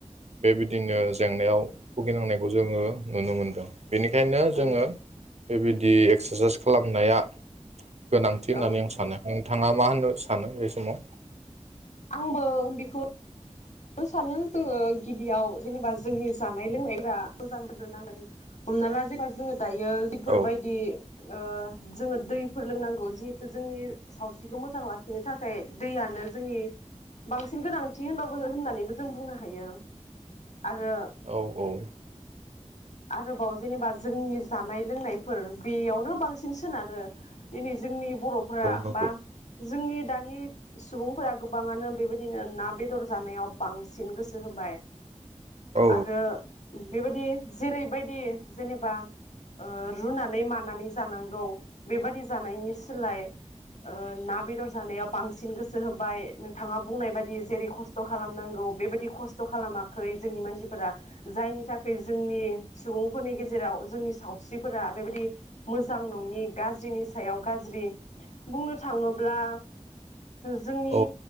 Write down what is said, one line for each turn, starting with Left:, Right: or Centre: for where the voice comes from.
Right: बेबायदिनो जेंनायाव भुगिनांनायखौ जोङो नुनो मोनदों बेनिखायनो जोङो
Left: उम
Right: बेबायदि एक्सारसाइज खालामनाया गोनांथि होननानै
Left: औ
Right: आं सानो नोंथाङा मा होननो सानो बे समाव
Left: आंबो बेखौ सानो जोङो गिबियाव जेनेबा जोंनि जानाय लोंनायफ्रा मोजां जानो नांगोन हमना ला जेनेबा जोङो दायो बेफोरबायदि
Right: औ
Left: ओ जोङो दैफोर लोंनांगौ जिहेथु जोंनि सावस्रिखौ मोजां लाखिनो थाखाय दैयानो जोंनि बांसिन गोनांथि होनबाबो होननानैबो जों बुंनो हायो आरो
Right: औ औ
Left: आरोबाव जेनेबा जोंनि जानाय लोंनायफोर दै'यावनो बांसिन सोनारो दिनै जोंनि बर'फोरा
Right: नंगौ
Left: बा जोंनि दानि सुबुंफोरा गोबाङानो बेबायदिनो ना बेदर बेदर जानायाव बांसिन गोसो होबाय
Right: औ
Left: आरो बेबायदि जेरैबायदि जेनेबा ओ रुनानै मानानै जानांगौ बेबायदि जानायनि सोलाय ओ ना बेदर जानायाव बांसिन गोसो होबाय नोंथाङा बुंनाय बायदि जेरै खस्थ खस्थ' खालामनांगौ बेबायदि खस्थ' खालामाखै जोंनि मानसिफोरा जायनि थाखाय जोंनि सुबुंफोरनि गेजेराव जोंनि सावस्रिफोरा बेबायदि मोजां नङि गाज्रिनि सायाव गाज्रि बुंनो थाङोब्ला जोंनि
Right: औ